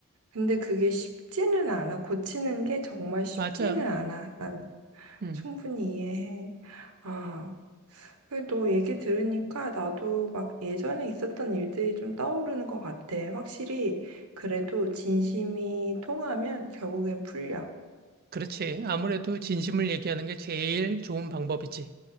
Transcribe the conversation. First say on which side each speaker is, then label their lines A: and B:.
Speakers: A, on the right; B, on the right.
A: 근데 그게 쉽지는 않아. 고치는 게 정말 쉽지는
B: 맞아.
A: 않아. 난
B: 음
A: 충분히 이해해. 아, 그래, 너 얘기 들으니까 나도 막 예전에 있었던 일들이 좀 떠오르는 것 같아. 확실히, 그래도 진심이 통하면 결국엔 풀려.
B: 그렇지. 아무래도 진심을 얘기하는 게 제일 좋은 방법이지.